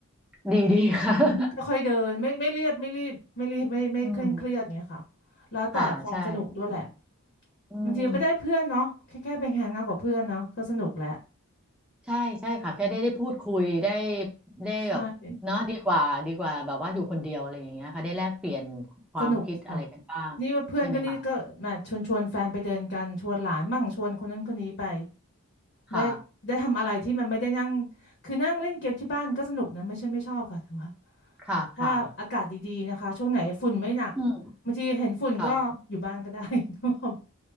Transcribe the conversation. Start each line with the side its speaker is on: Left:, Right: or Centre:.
Centre: ดีดีค่ะ <laughs>
Left: ค่อยๆเดินไม่ไม่เรียบไม่รีบไม่รีบไม่ไม่เคร่งเครียดเงี้ยค่ะ
Centre: อืม
Left: แล้วแต่ความสนุกด้วยแหละ
Centre: ค่ะใช่อืมอืม
Left: บางทีก็ได้เพื่อนเนาะแค่แค่ไปแฮงเอาท์กับเพื่อนเนาะก็สนุกแหละ
Centre: ใช่ใช่ค่ะแค่ได้ได้พูดคุยได้ได้แบบเนาะดีกว่าดีกว่าแบบว่าอยู่คนเดียวอะไรอย่างเงี้ยค่ะได้แลกเปลี่ยนความคิดอะไรกันบ้างใช่ไหมคะ
Left: ใช่สนุกค่ะนี่ว่าเพื่อนก็นี่ก็แหมชวนชวนแฟนไปเดินกันชวนหลานมั่งชวนคนนั้นคนนี้ไป
Centre: ค่ะ
Left: ได้ได้ทำอะไรที่มันไม่ได้นั่งคือนั่งเล่นเกมที่บ้านก็สนุกนะไม่ใช่ไม่ชอบค่ะแต่ว่า
Centre: ค่ะค่ะ
Left: ถ้าอากาศดีๆนะคะช่วงไหนฝุ่นไม่หนัก
Centre: อืม
Left: บางทีเห็นฝุ่นก็อยู่บ้านก็ได้
Centre: ค่ะ
Left: <laughs> ครับ